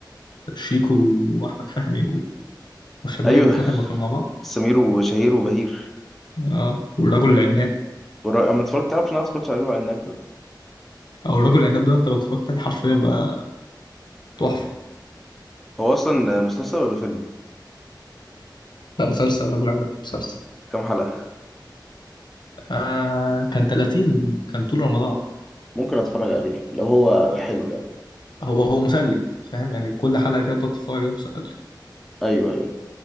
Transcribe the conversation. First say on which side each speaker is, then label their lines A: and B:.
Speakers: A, on the left (about 65°); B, in the centre.
A: شيكو واحمد فهمي و- وهشام
B: أيوه
A: ماجد الثلاثه لما كانوا مع بعض
B: سمير وشهير وبهير
A: يعني اه والرجل العناب
B: ورا- أما اتفرجت تعرف إن أنا اتفرجت على الورق العناب ده
A: او الرجل العناب ده انت لو اتفرجت عليه حرفيا بقى تحفه
B: هو أصلا مسلسل ولا فيلم؟
A: لا مسلسل الرجل العناب مسلسل
B: كام حلقة؟
A: آه كان 30 كان طول رمضان
B: ممكن أتفرج عليه لو هو حلو يعني
A: هو هو مسلي فاهم يعني كل حلقه كده بتقعد تتفرج عليه مسلي
B: أيوه أيوه